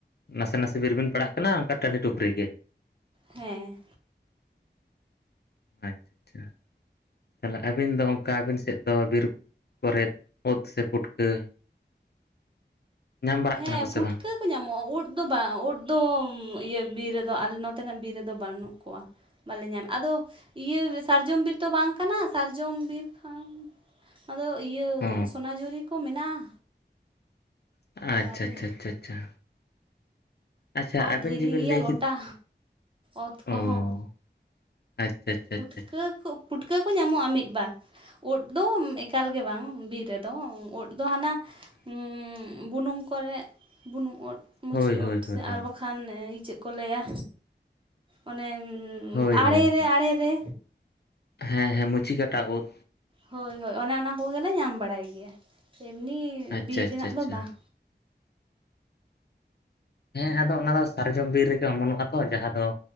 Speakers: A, on the left; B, on the right.
A: ᱱᱟᱥᱮ ᱱᱟᱥᱮ ᱫᱷᱟᱨᱤ ᱵᱤᱱ ᱯᱟᱲᱦᱟᱜ ᱠᱟᱱᱟ ᱚᱱᱠᱟ ᱴᱟᱺᱰᱤ ᱴᱩᱠᱟᱹᱨᱤ ᱜᱮ
B: ᱦᱮᱸ
A: ᱟᱪᱪᱷᱟ ᱟᱪᱪᱷᱟ ᱛᱟᱦᱚᱞᱮ ᱟᱹᱵᱤᱱ ᱫᱚ ᱚᱱᱠᱟ ᱵᱤᱨ ᱟᱹᱵᱤᱱ ᱥᱮᱫ ᱫᱚ ᱠᱚᱨᱮᱫ ᱚᱛ ᱥᱮ ᱯᱩᱴᱠᱟᱹ ᱧᱟᱢ ᱵᱟᱲᱟᱜ
B: ᱦᱮᱸ
A: ᱠᱟᱱᱟ ᱠᱚ
B: ᱯᱩᱴᱠᱟᱹ
A: ᱥᱮ ᱵᱟᱝ?
B: ᱠᱚ ᱧᱟᱢᱚᱜᱼᱟ ᱩᱫ ᱫᱚ ᱵᱟᱝ ᱩᱫ ᱫᱚ ᱤᱭᱟᱹ ᱵᱤᱨ ᱨᱮᱫᱚ ᱟᱞᱮ ᱱᱚᱛᱮᱱᱟᱜ ᱵᱤᱨ ᱨᱮᱫᱚ ᱵᱟᱹᱱᱩᱜ ᱠᱚᱣᱟ ᱵᱟᱞᱮ ᱧᱟᱢ ᱟᱫᱚ ᱤᱭᱟᱹ ᱥᱟᱨᱡᱚᱢ ᱵᱤᱨ ᱛᱚ ᱵᱟᱝ ᱠᱟᱱᱟ ᱥᱟᱨᱡᱚᱢ ᱵᱤᱨ ᱠᱷᱟᱱ ᱟᱫᱚ ᱤᱭᱟᱹ
A: ᱚ
B: ᱥᱚᱱᱟᱡᱷᱩᱨᱤ ᱠᱚ ᱢᱮᱱᱟᱜᱼᱟ
A: ᱟᱪᱪᱷᱟ
B: ᱫᱟᱨᱮ
A: ᱻᱪᱷᱟᱻ ᱪᱷᱟᱻ ᱪᱷᱟ ᱟᱪᱪᱷᱟ
B: ᱟᱨ
A: ᱟᱵᱮᱱ
B: ᱫᱷᱤᱨᱤ
A: ᱡᱮᱵᱮᱱ
B: ᱜᱮᱭᱟ
A: ᱞᱟᱹᱭ
B: ᱜᱚᱴᱟ
A: ᱠᱮᱫᱽ
B: ᱚᱛ ᱠᱚᱦᱚᱸ
A: ᱚᱸ ᱟᱪᱪᱷᱟ
B: ᱯᱩᱴᱠᱟᱹ
A: ᱟᱪᱪᱷᱟ ᱟᱪᱪᱷᱟ
B: ᱠᱚ ᱯᱩᱴᱠᱟᱹ ᱠᱚ ᱧᱟᱢᱚᱜᱼᱟ ᱢᱤᱫ ᱵᱟᱨ ᱩᱫ ᱫᱚ ᱮᱠᱟᱞ ᱜᱮ ᱵᱟᱝ ᱵᱤᱨ ᱨᱮᱫᱚ ᱩᱫ ᱫᱚ ᱦᱟᱱᱟ ᱦᱩᱸ ᱵᱩᱱᱩᱝ ᱠᱚᱨᱮ ᱵᱩᱱᱩᱝ ᱚᱫ ᱢᱩᱪᱤ
A: ᱚ ᱦᱳᱭ ᱦᱳᱭ
B: ᱩᱫ
A: ᱦᱳᱭ
B: ᱥᱮ
A: ᱦᱳᱭ
B: ᱟᱨ ᱵᱟᱠᱷᱟᱱ ᱠᱷᱟᱮ <unintelligible> ᱤ ᱪᱮᱫ ᱠᱚ ᱞᱟᱹᱭᱟ ᱚᱱᱮ
A: ᱦᱚᱭ
B: ᱟᱲᱮᱨᱮ
A: ᱦᱚᱭ
B: ᱟᱲᱮᱨᱮ
A: ᱦᱮᱸ ᱦᱮᱸ ᱢᱩᱪᱤᱠᱟᱴᱟ ᱩᱫ
B: ᱦᱚᱭ ᱦᱚᱭ ᱚᱱᱮ ᱚᱱᱟ ᱠᱚᱜᱮᱞᱮ ᱧᱟᱢ ᱵᱟᱲᱟᱭ ᱜᱮᱭᱟ ᱪᱤᱢᱱᱤ
A: ᱟᱪᱪᱷᱟ
B: ᱵᱤᱨ
A: ᱟᱪᱪᱷᱟ
B: ᱨᱮᱱᱟᱜ
A: ᱟᱪᱪᱷᱟ
B: ᱫᱚ ᱵᱟᱝ
A: ᱦᱮᱸ ᱟᱫᱚ ᱚᱱᱟ ᱫᱚ ᱥᱟᱨᱡᱚᱢ ᱵᱤᱨ ᱨᱮᱜᱮ ᱚᱢᱚᱱᱚᱜᱼᱟ ᱛᱚ ᱡᱟᱦᱟᱸ ᱫᱚ